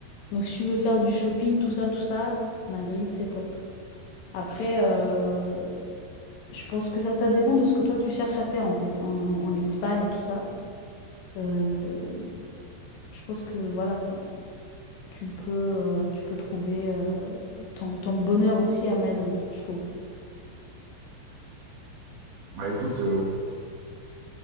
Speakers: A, on the left; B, on the right.
A: Donc si tu veux faire du shopping, tout ça, tout ça, Madrid, c'est top. Après, euh, je pense que ça, ça dépend de ce que toi tu cherches à faire en fait, en, en- en Espagne et tout ça. Euh, je pense que voilà quoi. tu peux, euh, tu peux trouver euh, ton, ton bonheur aussi à Madrid, je trouve.
B: Bah écoute, euh,